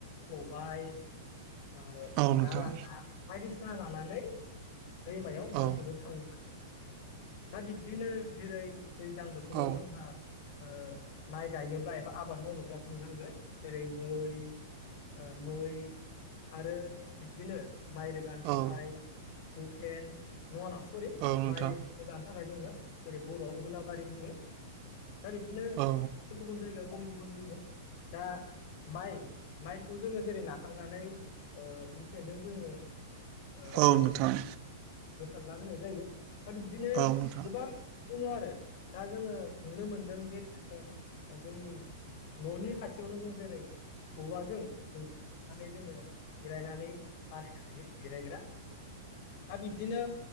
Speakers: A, on the left; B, on the right.
A: खबाइ ओ
B: औ नोंथां।
A: ना ला बायदिसिना लानानै दैमायाव ना
B: औ
A: थाङो दा बिब्दिनो जेरै दैज्लां बोथोराव
B: औ
A: जोंहा ओ माइ गायनोब्ला एबा आबाद मावनोब्ला जोंनो नांगोन जेरै मै ओ मै आरो बिदिनो माइ रो गान थाखाय
B: औ नोंथां औ
A: हुकेन नङा नङा सरि
B: औ नोंथां
A: माइ रोगानो थाखाय जोंङनो जेरै बर'आव हुलाबारि बुङो। दा बिबदिनो गुबुन
B: औ
A: गुबुन जायगायाव गुबुन गुबुन बुङो दा माइ माइखौ जोङो जेरै नाखांनानै ओ हुकेनजों जोङो ओ
B: औ नोंथां
A: गोसारला होनाय जायो। दा बिदिनो
B: औ
A: गोबां
B: औ
A: दङ आरो दा जोङो नुनो मोनदों जे जोंङो जोंनि न'नि खाथियावनो जों जेरै औवाजों बैसांलुनानै जोङो जिरायनानै हायो जिरायग्रा दा बिब्दिनो
B: औ